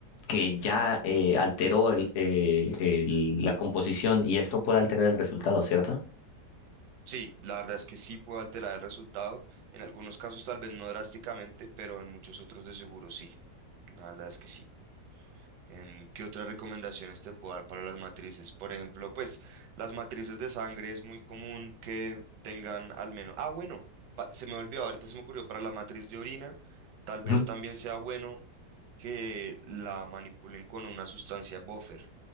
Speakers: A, on the left; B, on the right.
A: que ya eh, alteró el- eh, el- la composición y esto puede alterar el resultado, ¿cierto?
B: Sí, la verdad es que sí puede alterar el resultado. En algunos casos tal vez no drásticamente, pero en muchos otros de seguro sí. La verdad es que sí. Em, ¿qué otras recomendaciones te puedo dar para las matrices? Por ejemplo, pues las matrices de sangre es muy común que tengan al menos... Ah, bueno, pa- se me olvidó, ahorita se me ocurrió para la matriz de orina, tal vez
A: Ujú.
B: también sea bueno que la manipulen con una sustancia buffer.